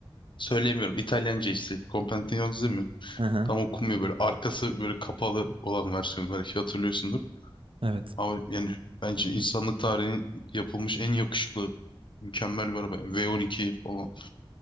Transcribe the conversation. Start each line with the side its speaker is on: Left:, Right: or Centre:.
Left: söyleyemiyorum. İtalyanca işte. Compentione mi?
Right: Hı hı,
Left: Tam okunmuyor böyle arkası böyle kapalı olan versiyonu belki hatırlıyorsundur.
Right: evet.
Left: Abi yani bence insanlık tarihinin yapılmış en yakışıklı mükemmel bir araba. yani. V12 falan.